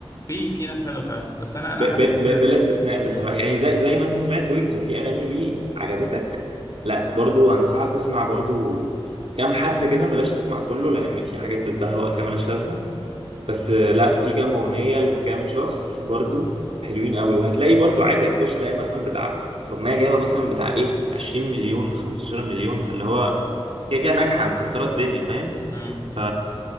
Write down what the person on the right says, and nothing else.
ب-
ب- ب- بلا استثناء بصراحه يعني زي زي ما انت سمعت ويجز وفي اغاني ليه عجبتك لا برضو انصحك اسمع برضو كام حد كده بلاش تسمع كله لان في حاجات بتبهوأ كده ملهاش لازمه بس آه، لا في كام اغنيه لكام شخص برضو حلوين قوي وهتلاقي برضو عادي هتخش تلاقي مثلا بتاع اغنيه جايبه مثلا بتاع ايه 20 مليون 15 مليون فاللي هو كده كده ناجحه مكسره الدنيا فاهم
ف